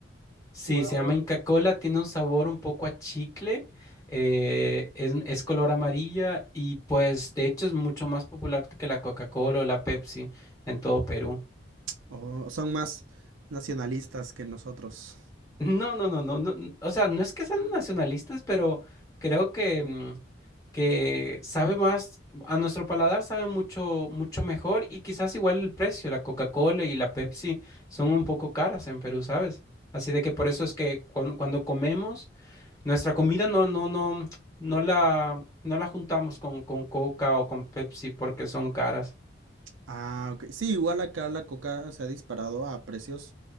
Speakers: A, on the left; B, on the right.
A: Sí,
B: Wow.
A: se llama Inca Kola, tiene un sabor un poco a chicle, eh, es, es color amarilla y pues de hecho es mucho más popular que la Coca-Cola o la Pepsi en todo Perú.
B: Oh, son más nacionalistas que nosotros.
A: No, no, no, no, no, n- o sea, no es que sean nacionalistas, pero creo que, mm, que sabe más, a nuestro paladar sabe mucho, mucho mejor y quizás igual el precio, la Coca-Cola y la Pepsi son un poco caras en Perú, ¿sabes? Así de que por eso es que cuan- cuando comemos... Nuestra comida no, no, no, no la, no la juntamos con, con Coca o con Pepsi porque son caras.
B: Ah, ok. Sí, igual acá la coca se ha disparado a precios